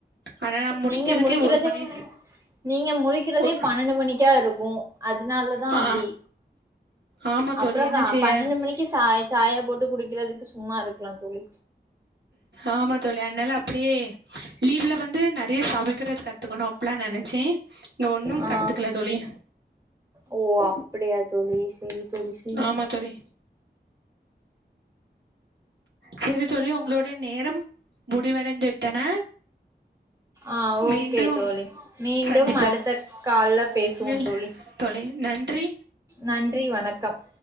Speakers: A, on the right; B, on the right.
A: ஆனா நா முழிக்கிறதுக்கே
B: நீங்க முழிக்றதே
A: ஒரு மணி
B: நீங்க முழிக்றதே
A: ஒ
B: பன்னெ மணிக்கா இருக்கு அதனாலதா
A: ஆ
B: அப்டி
A: ஆமா
B: அப்பற
A: தோழி என்ன
B: கா
A: செய்ய
B: பன்னெண்டு மணிக்கு சாய் சாயா போட்டு குடிக்கறதுக்கு சும்மா இருக்கலா தோழி
A: ஆமா தோழி அதனால அப்டியே லீவ்ல வந்து நெறைய சமைக்கிறது கத்துக்கணு அப்பல்லா நினைச்ச இங்க ஒன்னு
B: ஆ
A: கத்துக்கல தோழி
B: ஓ அப்டியா தோழி சரி தோழி சரி
A: ஆமா தோழி சரி தோழி உங்களளுடைய நேரம் முடிவடைந்து விட்டன
B: ஆ ஓகே
A: மீண்டும்
B: தோழி மீண்டும்
A: சந்திப்போம்
B: அடுத்த கால்ல பேசுவோம்
A: இல்
B: தோழி
A: தோழி நன்றி
B: நன்றி வணக்கம்